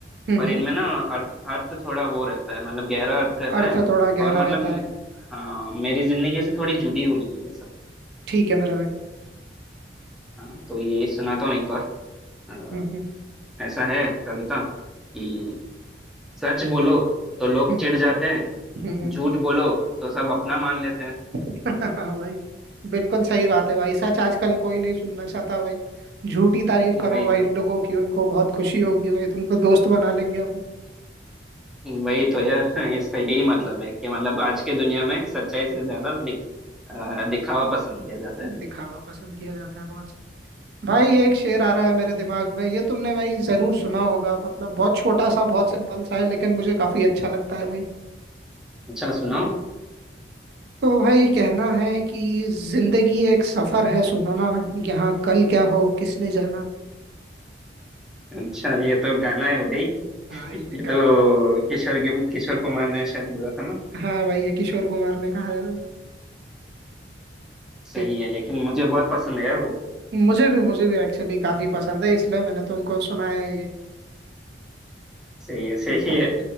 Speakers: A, on the right; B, in the centre.
A: हम्म
B: पर इनमें ना अर्थ अर्थ थोड़ा वो रहता है मतलब गहरा अर्थ रहता
A: अर्थ
B: है
A: थोड़ा
B: और
A: गहरा
B: मतलब
A: रहता है
B: हाँ मेरी जिंदगी से थोड़ी जुड़ी हुई है ये सब
A: ठीक है मेरा भाई
B: हाँ तो ये सुनाता हूँ एक और अ,
A: हम्म हम्म
B: ऐसा है कविता कि सच बोलो तो लोग
A: हम्म
B: चिढ़ जाते हैं
A: हम्म, हम्म।
B: झूठ बोलो तो सब अपना मान लेते हैं
A: <laughs> हाँ भाई बिल्कुल सही बात है भाई सच आजकल कोई नहीं सुनना चाहता भाई झूठी तारीफ
B: वही
A: करो भाई
B: तो
A: लोगों की उनको बहुत खुशी होगी भाई तुमको दोस्त बना लेंगे
B: वही तो यार इसका यही मतलब है कि मतलब आज के दुनिया में सच्चाई से ज्यादा दिख, अ, दिखावा पसंद किया जाता है
A: दिखावा पसंद किया जाता है बहुत भाई एक शेर आ रहा है मेरे दिमाग में ये तुमने भाई जरूर सुना होगा मतलब बहुत छोटा सा बहुत सिंपल सा है लेकिन मुझे काफी अच्छा लगता है भाई
B: अच्छा सुनाओ
A: तो भाई कहना है कि जिंदगी एक सफर है सुहाना यहाँ कल क्या हो किसने जाना
B: अच्छा ये तो गाना है भाई
A: हाँ ये
B: ये
A: गा
B: तो किशोर के किशोर कुमार ने शायद बोला था ना
A: हाँ भाई ये किशोर कुमार ने कहा है भाई
B: सही
A: ये
B: है लेकिन मुझे बहुत पसंद है यार वो
A: मुझे भी मुझे भी एक्चुअली काफी पसंद है इसलिए मैंने तुमको सुनाया है ये
B: सही है सही
A: कि-
B: है